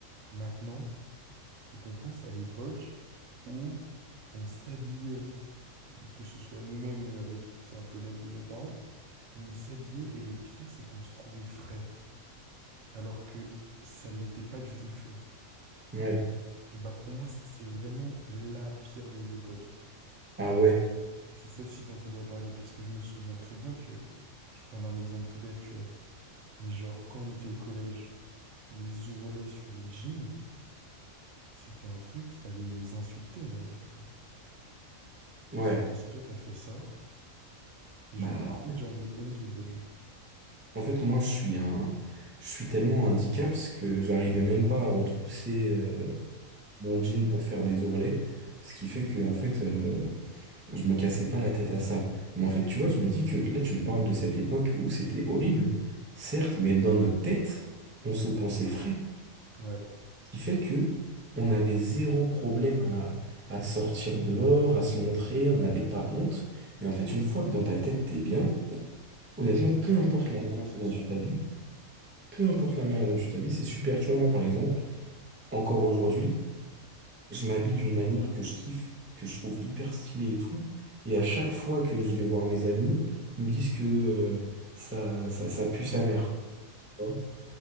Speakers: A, on the right; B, on the right.
A: Maintenant, faut qu'on pense à l'époque où on s'habillait, que ce soit nous-mêmes ou avec, tu sais, un peu l'aide de nos parents, mais on s'habillait et le pire, c'est qu'on se trouvait frais. alors que ça l'était pas du tout, tu vois.
B: Ouais.
A: Et bah pour moi, ça, c'est vraiment la pire des époques.
B: Ah ouais,
A: Et c'est celle-ci dont on doit parler, parce que je me souviens très bien que, je vais te prendre un exemple tout bête, tu vois, mais genre quand on était au collège, les ourlets sur les jeans, c'était un truc, fallait nous insulter en vrai, tu vois.
B: ouais.
A: Je sais pas si toi t'as fait ça, mais
B: Bah
A: genre, limite, j'en ai honte aujourd'hui.
B: en fait moi je suis un, je suis tellement un dicaps que j'arrivais même pas à retrousser euh, mon jean pour faire des ourlets, ce qui fait que en fait euh, Je me cassais pas la tête à ça. Mais en fait, tu vois, je me dis que là, tu me parles de cette époque où c'était horrible, certes, mais dans notre tête, on se pensait frais,
A: Ouais,
B: qui fait que on avait zéro problème à, à sortir dehors, à se montrer, on n'avait pas honte. Et en fait, une fois que dans ta tête, t'es bien, honnêtement, peu
A: c'est
B: importe
A: exactement
B: la manière
A: celle-ci.
B: dont tu t'habilles, peu importe la manière dont tu t'habilles, c'est super. Tu vois, moi, par exemple, encore aujourd'hui, je m'habille d'une manière que je kiffe, que je trouve hyper stylée et tout. Et à chaque fois que je vais voir mes amis, ils me disent que euh, ça, ça, ça pue sa mère. Hein